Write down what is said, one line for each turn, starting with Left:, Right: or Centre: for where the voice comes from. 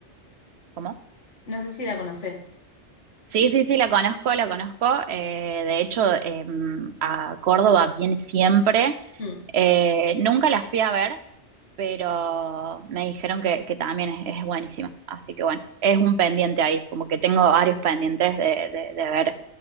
Right: ¿Cómo?
Left: no sé si la conoces.
Right: Sí, sí, sí, la conozco, la conozco. Eh, de hecho, eh, a Córdoba viene siempre.
Left: Mm.
Right: Eh, nunca la fui a ver, pero me dijeron que, que también es, es buenísima. Así que bueno, es un pendiente ahí, como que tengo varios pendientes de, de- de ver